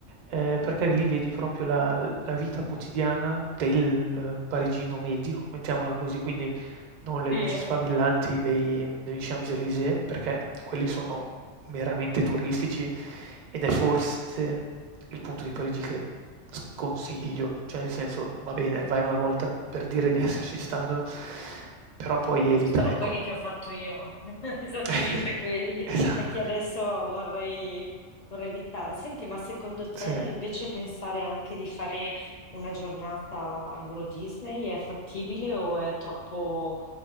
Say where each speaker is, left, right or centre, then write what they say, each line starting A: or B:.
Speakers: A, on the right; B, on the left.
A: ehm, perché lì vedi proprio la la vita quotidiana del parigino medio, mettiamola così. Quindi non le
B: Sì.
A: luci sfavillanti dei degli Champs-Élysées, perché quelli sono meramente turistici ed è forse il punto di Parigi che sconsiglio, cioè nel senso va bene, vai una volta per dire di esserci stato, però poi evita,
B: sono
A: ecco.
B: quelli che ho fatto io, <laughs> esattamente
A: <laughs>
B: quelli,
A: Esatto.
B: e che adesso vorrei, vorrei evitare. Senti, ma secondo te
A: Sì.
B: invece pensare anche di fare una giornata a Euro Disney è fattibile o è troppo,